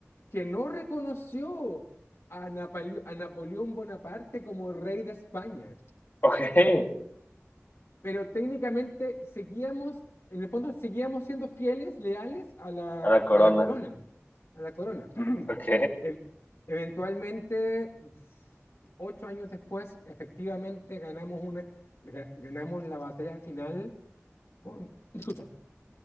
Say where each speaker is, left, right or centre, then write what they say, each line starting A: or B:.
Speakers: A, on the left (about 60°); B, on the left (about 40°).
A: que no reconoció a Napaleo- a Napoleón Bonaparte como rey de España.
B: ok, <laughs>
A: Pero técnicamente seguíamos, en el fondo, seguíamos siendo fieles, leales a la,
B: a la corona.
A: a la corona. A la corona. <clears throat>
B: Ok,
A: E- eventualmente, ocho años después, efectivamente ganamos, una, ga- ganamos la batalla final con... <clears throat> Disculpa.